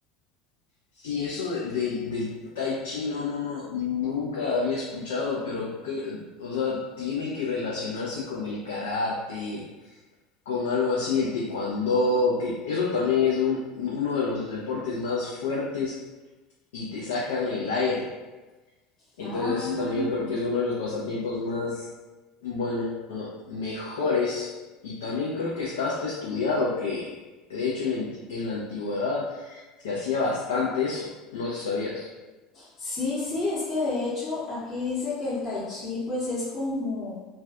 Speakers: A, on the left; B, on the left.
A: Sí, eso de- del del tai chi, no, no, no, nunca había escuchado, pero, que- o sea, tiene que relacionarse con el karate, con algo así, el taekwondo, que eso también es un- uno de los deportes más fuertes y te sacan el aire. Entonces,
B: Ah.
A: eso también yo creo que es uno de los pasatiempos más, bueno, mejores. Y también creo que está hasta estudiado que, de hecho, en la anti- en la antigüedad se hacía bastante eso, no sé si sabías.
B: Sí, sí, es que de hecho aquí dice que el tai chi pues es como,